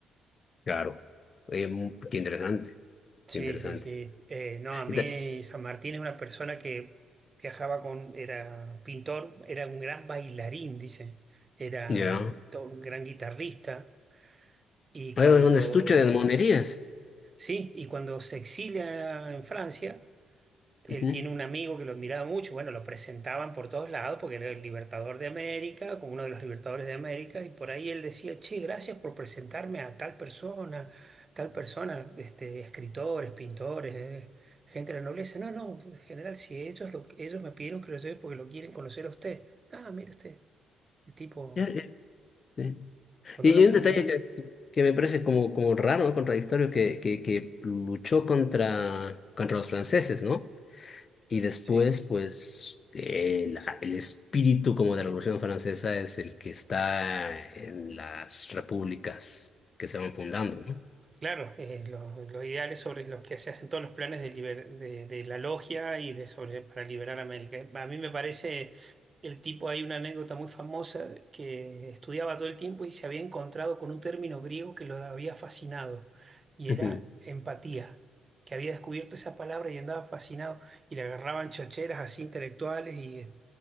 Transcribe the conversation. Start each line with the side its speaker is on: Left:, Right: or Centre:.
Left: Claro, Eh, mu- qué interesante,
Right: Sí,
Left: qué interesante.
Right: sí, sí. Eh, no, a mí
Left: Y ta-
Right: San Martín es una persona que viajaba con, era pintor, era un gran bailarín, dice, era
Left: Ya,
Right: to- un gran guitarrista. Y
Left: Hay
Right: cuando,
Left: un estuche de monerías.
Right: sí, y cuando se exilia en Francia, Él
Left: Ujú.
Right: tiene un amigo que lo admiraba mucho, bueno, lo presentaban por todos lados porque era el libertador de América, como uno de los libertadores de América, y por ahí él decía, che, gracias por presentarme a tal persona, tal persona, este, escritores, pintores, eh, gente de la nobleza. No, no, en general, si ellos, lo- ellos me pidieron que lo lleve porque lo quieren conocer a usted. Ah, mire usted, el tipo
Left: Ya, ya, sí.
Right: con
Left: Y
Right: una
Left: hay
Right: humildad.
Left: un detalle que, que- que me parece como, como raro, ¿no? Contradictorio, que, que, que luchó contra, contra los franceses, ¿no? Y después,
Right: Sí.
Left: pues, eh, la- el espíritu como de la Revolución Francesa es el que está en las repúblicas que se van fundando, ¿no?
Right: Claro, eh, lo, lo ideal es sobre los que se hacen todos los planes de, liber- de, de la logia y de sobre para liberar América. A mí me parece el tipo, hay una anécdota muy famosa que estudiaba todo el tiempo y se había encontrado con un término griego que lo había fascinado y
Left: Ujú.
Right: era empatía, que había descubierto esa palabra y andaba fascinado y le agarraban chocheras así intelectuales y,